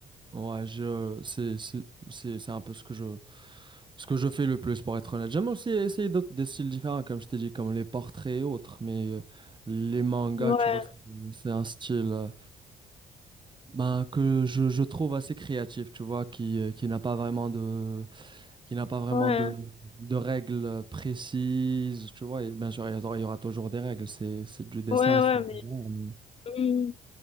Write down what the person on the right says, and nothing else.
Ouais, je, c'est, c'est, c'est, c'est un peu ce que je, ce que je fais le plus pour être honnête. J'aime aussi essayer d'autres, des styles différents, comme je t'ai dit, comme les portraits et autres, mais euh, les mangas,
tu vois, c'est c'est un style euh, ben, que je, je trouve assez créatif, tu vois, qui, euh, qui n'a pas vraiment de, qui n'a pas vraiment
de, de règles précises, tu vois, et bien sûr, il y aura, il y aura toujours des règles, c'est, c'est du dessin,
c'est
des arts, mais-